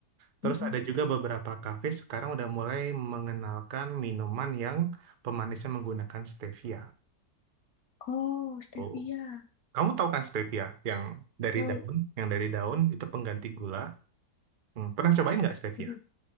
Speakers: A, on the right (about 55°); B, on the left (about 65°).
A: Terus
B: Mm.
A: ada juga beberapa kafe sekarang udah mulai mengenalkan minuman yang pemanisnya menggunakan stevia.
B: Oh, stevia.
A: Oh, kamu tahu kan stevia yang dari
B: Tahu.
A: daun, yang dari daun itu pengganti gula. Hmm, pernah cobain nggak stevia?
B: Mm-mm.